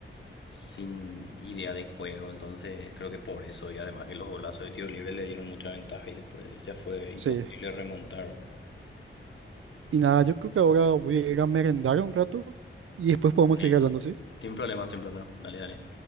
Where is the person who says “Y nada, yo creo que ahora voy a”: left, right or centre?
Right